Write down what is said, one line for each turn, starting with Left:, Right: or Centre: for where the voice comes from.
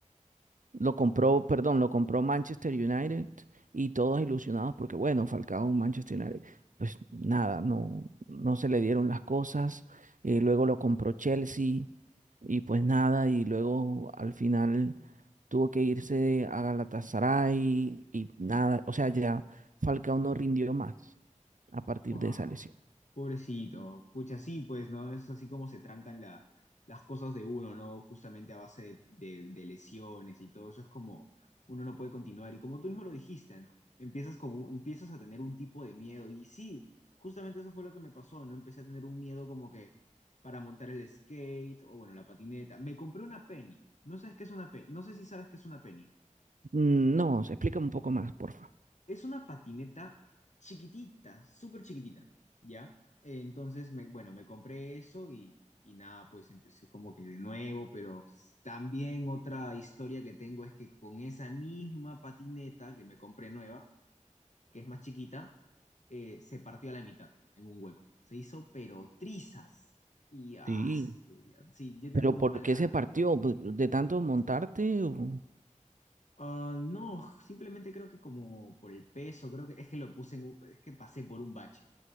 Right: Lo compró, perdón, lo compró Manchester United y todos ilusionados porque, bueno, Falcao, Manchester United. Pues nada, no, no se le dieron las cosas. Eh, luego lo compró Chelsea y pues nada, y luego al final tuvo que irse a Galatasaray y nada. O sea, ya Falcao no rindió más a partir
Left: Wow,
Right: de esa lesión.
Left: pobrecito. Pucha, sí, pues, ¿no? Es así como se trancan la- las cosas de uno, ¿no? Justamente a base de, de- de lesiones y todo eso es como uno no puede continuar. Y como tú mismo lo dijiste, ¿no? Empiezas con un- empiezas a tener un tipo de miedo. Y sí, justamente eso fue lo que me pasó, ¿no? Empecé a tener un miedo como que para montar el skate o, bueno, la patineta. Me compré una penny. ¿No sabes qué es una penny? No sé si sabes qué es una penny.
Right: Mm, No, se explica un poco más, porfa.
Left: Es una patineta chiquitita, súper chiquitita, ¿ya? Eh, Entonces, me, bueno, me compré eso y, y nada, pues empecé como que de nuevo, pero s- también otra historia que tengo es que con esa misma patineta que me compré nueva, que es más chiquita, eh, se partió a la mitad en un hueco. Se hizo pero trizas. Y ah,
Right: Sí.
Left: su- ya- sí, yo tenía
Right: ¿Pero
Left: muy
Right: por
Left: mala
Right: qué se partió?
Left: suerte.
Right: ¿Pues ¿De tanto montarte? o-
Left: Ah, no, simplemente creo que como por el peso, creo que es que lo puse en, un- es que pasé por un bache.